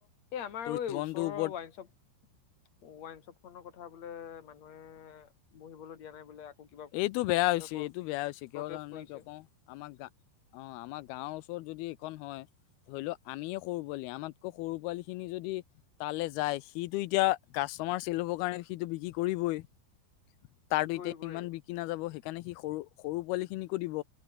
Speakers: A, on the left (about 40°); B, on the left (about 85°).
A: এই আমাৰ
B: তোৰ জীৱনটোৰ
A: ওচৰৰ
B: ওপৰত
A: ৱাইনশ্বপ- ৱাইনশ্বপ খনৰ কথা কথা বোলে মানুহে বহিবলৈ দিয়া নাই বোলে। আকৌ কিবা
B: এইটো বেয়া হৈছে-
A: কিবা প্ৰ
B: এইটো বেয়া হৈছে
A: প্ৰটেষ্ট
B: কিয় কাৰণে
A: কৰিছে
B: কিয় কওঁ আমাক গা অ' আমাৰ গাঁৱৰ ওচৰত যদি এইখন হয়। ধৰি লও আমিয়ে সৰু পোৱালি আমাতকৈ সৰু পোৱালি খিনি যদি তালে যায় সিটো এতিয়া গাছ কাষ্টমাৰ চেল হ'বৰ কাৰণে সিটো বিক্ৰী কৰিবই। তাৰো
A: কি কৰিবই
B: এতিয়া ইমান বিকি নাযাব সেইকাৰণে সি সৰু-সৰু পোৱালি খিনিকো দিব।